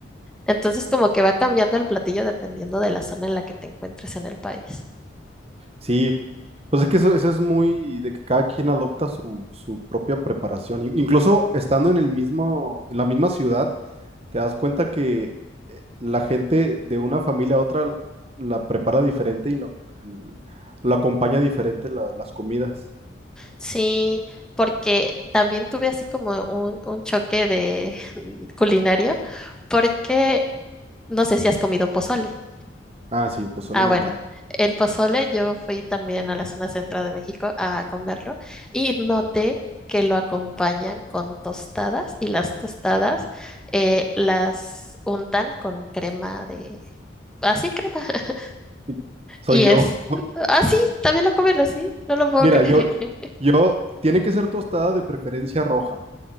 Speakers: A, in the centre; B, on the right.
A: Entonces como que va cambiando el platillo dependiendo de la zona en la que te encuentres en el país.
B: Sí, pues es que eso, eso es muy de que cada quien adopta su, su propia preparación. In- Incluso estando en el mismo, en la misma ciudad, te das cuenta que eh, la gente de una familia a otra la prepara diferente y lo, l- lo acompaña diferente la- las comidas.
A: Sí, porque también tuve así como un, un choque de <laughs> culinario, porque no sé si has comido pozole.
B: Ah, sí, el pozole
A: Ah,
B: me
A: bueno,
B: encanta.
A: el pozole yo fui también a la zona central de México a comerlo y noté que lo acompañan con tostadas y las tostadas eh, las untan con crema de... Así, crema. <laughs>
B: Sí, Soy
A: Y
B: yo.
A: es... Ah, sí, también lo comen así, no lo puedo
B: Mira,
A: creer.
B: yo, yo, tiene que ser tostada de preferencia roja.